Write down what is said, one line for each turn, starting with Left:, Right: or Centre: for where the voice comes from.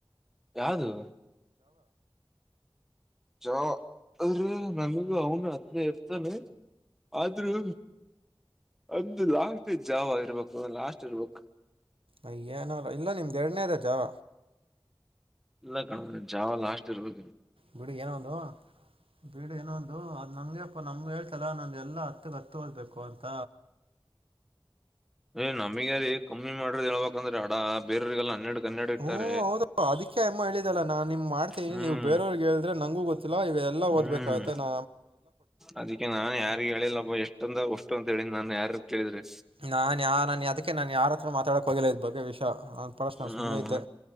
Centre: ಯಾವದು ಚಾ ಅದ್ರಿ ನಮಗ ಅವನು ಹದನೇ ಎರ್ತಾನಿ ಆದ್ರೂ ಅದು ಲಾಸ್ಟ್ ಎಕ್ಸಾಮ್ ಆಗಿರ್ಬೇಕು ಲಾಸ್ಟ್ ಇರ್ಬೇಕು
Right: ಅಯ್ಯಏನಾರ ಇಲ್ಲ ನಿಮ್ದ್ ಎರಡನೇದ ಜಾವ
Centre: ಇಲ್ಲ ಕಣೋ ಜಾವ ಲಾಸ್ಟ್ ಇರ್ಬದ
Right: ಬಿಡಿ ಏನೋ ಒಂದು ಬಿಡು ಏನೋ ಒಂದು ಅದ್ ನಮಗೆ ಅಪ್ಪ ನಮ್ಗ ಹೇಳ್ತ ಲ್ಲಾ ನಂದ ಎಲ್ಲಾ ಹತ್ತು ಗತ್ತು ಓದ್ಬೇಕು ಅಂತ
Centre: ಏ ನಮಗಾರೀ ಕಮ್ಮಿ ಮಾಡ್ರ ಹೇಳ್ಬಂದ್ರ ಹಡ ಬೇರರಿಗೆಲ್ಲಾ ಹನ್ನೆರಡ್ ಕನ್ನಡ ಇಟ್ಟಾರ
Right: ಹ್ಞೂ ಹೌದು ಅದಕ್ಕೆ ಅಮ್ಮ ಹೇಳಿದ ಅಲ್ಲ ನಾ ನಿಮ್ ಮಾಡ್ತೀನಿ
Centre: ಹ್ಮ್
Right: ನೀವು ಬೇರವ್ರಿಗೆಗ ಹೇಳಿದ್ರೆ ನಂಗೂ ಗೊತ್ತಿಲ್ಲ ಇವ ಎಲ್ಲ
Centre: ಹ್ಮ್
Right: ಓದ್ಬೇಕಾಗತ್ತೆ ನ
Centre: ಅದಕ್ಕೆ ನಾನ್ ಯಾರಿಗೆ ಹೇಳಿಲ್ಲಬ್ ಎಷ್ಟಂದ ಅಷ್ಟು ಅಂತ ಹೇಳಿ ನನ್ನಯಾರ ಕೇಳಿದ್ರು
Right: ನಾನು ಯ ನಾನು ಅದಕ್ಕೆ ನಾನು ಯಾರ ಹತ್ರ ಮಾತಾಡೋಕ್ಕೆ ಹೋಗಿಲ್ಲ ಇದ ಬಗ್ಗೆ ವಿಷಯ ನಾನ ಪಾಡಿಗೆ ಅಷ್ಟ
Centre: ಹ್ಮ
Right: ನಾನು ಸುಮ್ಮನೆ ಇದ್ದೆ